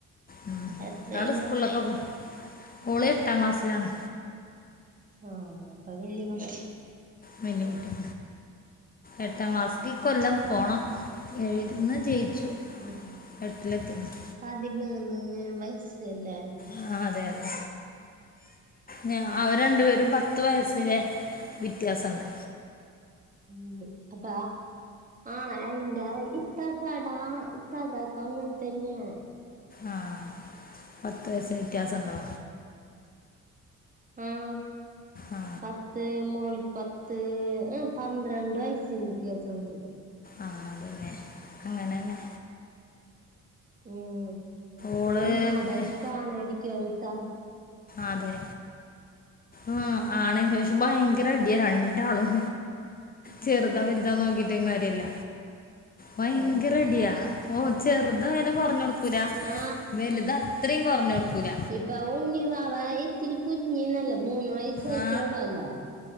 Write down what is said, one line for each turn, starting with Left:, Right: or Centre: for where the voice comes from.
Left: ഉം
Right: എത്രയിലാ
Left: ഒരാള് സ്കൂളിലൊക്കെ പോണ് ഓള് എട്ടാം ക്ലാസ്സിലാണ്
Right: ആഹ് അപ്പോ വല്ല്യ കുട്ടി
Left: വല്ല്യ കുട്ട്യാ എട്ടാം ക്ലാസിക്ക് ഈ കൊല്ലം പോണം എഴ്ന്ന് ജയിച്ചു
Right: ഉം
Left: എട്ടിലെത്തിയാണ്
Right: പതിമൂന്ന് വയസല്ലേ
Left: ആഹ് അതെ അതെ ഞ അവര് രണ്ടു പേരും പത്ത് വയസ്സിന് വിത്യാസണ്ട്
Right: ഉം അപ്പ ആഹ് എന്തായി ഇത്താത്തട ഇത്താത്താകും അങ്ങനെ തന്നെയണ്
Left: ആഹ് പത്ത് വയസ്സിന് വ്യത്യാസണ്ടോ
Right: ആഹ്
Left: ആ
Right: പാത്ത് പത്ത് മോൾക്ക് പത്ത് ഏ പന്ത്രണ്ട് വ്യത്യാസോണ്ട്
Left: ആഹ് അതന്നെ അങ്ങ്ടന്നേ
Right: ഉം
Left: ഓള്
Right: ഒരുമതാ
Left: എഹ്,
Right: സ്ഥനായിരിക്കും ഇത്താ
Left: അതെ ഉം ആണ് പക്ഷേ ഭയങ്കര അടിയാ രണ്ടാളും ചെറുതാ
Right: ആ
Left: വലുതാ നോക്കിട്ടും കാര്യല്ല ഭയങ്കര
Right: ആ
Left: അടിയ ഓ ചെറ്തായാലും കൊറ്ഞ്ഞ് ടു ക്കൂല
Right: ആ
Left: വല് ത് അത്രയും കൊറ്ഞ്ഞ് ടുക്കൂല
Right: ഇപ്പ ഉണ്ണി വാവ ഇത്തിരി കുഞ്ഞിന്നാല്ലോ മൂന്ന് വയസ് ആയിട്ടോള്ളല്ലെ
Left: ആ